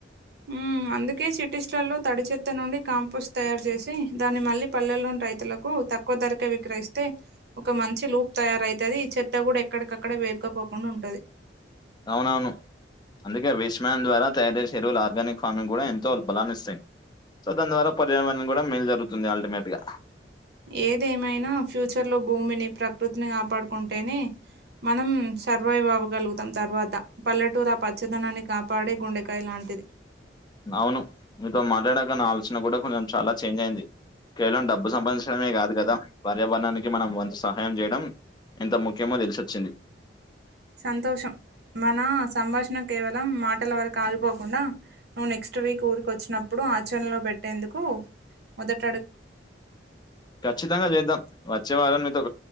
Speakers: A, on the right (about 60°); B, on the left (about 25°).
A: ఉ అందుకే సిటీస్ లో తడిచత్త నుండి కాంపోస్ట్ తయారు చేసి దాన్ని మళ్ళీ పల్లెలోని రైతులకు. తక్కువ ధరక విక్రయిస ఒక మంచి లూప్ తయారవుతుది చెత్త కూడా ఎక్కడికక్కడ వేరుకుపోకుండా. ఉంటది
B: అవునవును అందుకే వేష్మ్యాన్ ద్వారా తయారు చేసే ఎరువుల ఆర్గానిక్ ఫార్మింగ్ కూడా ఎంతో బలాన్నిస్తాయి. సో దాని ద్వారా పర్యావరణం కూడా మేలు జరుగుతుంది అల్టిమేట్ గా.
A: ఏదేమైనా ఫ్యూచర్లో భూమిని ప్రకృతిని కాపాడుకుంటేనే. మనం సర్వైవ్ అవ్వగలుగుతాం తర్వాత పల్లెటూరు పచ్చదనాన్ని కాపాడే గుండెకాయ లాంటి. ది
B: అవును మీతో మాట్లాడాక నా ఆలోచన కూడా కొంచెం చాలా చేంజ్ అయింది. కేవలం డబ్బు సంపాదించడమే కాదు కదా పర్యావరణానికి మనం వంత సహాయం చేయడం. ఎంత ముఖ్యమో తెలిసొచ్చింది.
A: సంతోషం మన సంభాషణ కేవలం మాటల వరకు ఆగిపోకుండా. నువ్వు నెక్స్ట్ వీక్ ఊరికి వచ్చినప్పుడు ఆచరణలో పెట్టేందుకు మొదటి.
B: ఖచ్చితంగా చేద్దాం వచ్చే వళ్ళని మీతో